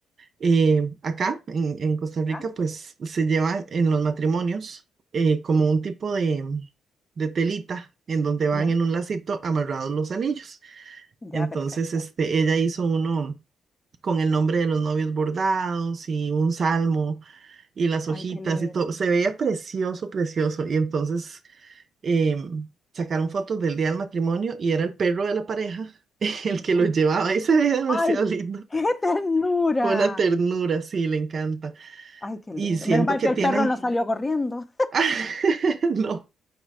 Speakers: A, on the right; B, on the left.
A: eh, acá en, en Costa
B: ¿Ya?
A: Rica, pues se lleva en los matrimonios eh, como un tipo de, de telita en donde van
B: ¿Ya?
A: en un lacito amarrados los anillos.
B: Ya,
A: Entonces,
B: perfecto.
A: este, ella hizo uno. con el nombre de los novios bordados y un salmo y las
B: Ay,
A: hojitas
B: qué lindo.
A: y todo. Se veía precioso, precioso. Y entonces em, sacaron fotos del día del matrimonio y era el perro de la pareja <laughs> el
B: ¿Ya?
A: que lo llevaba y se veía demasiado
B: Ay,
A: lindo.
B: qué ternura.
A: Fue una ternura, sí, le encanta.
B: Ay, qué lindo.
A: Y siento
B: Menos mal
A: que
B: que el
A: tiene...
B: perro no salió corriendo.
A: <laughs> No.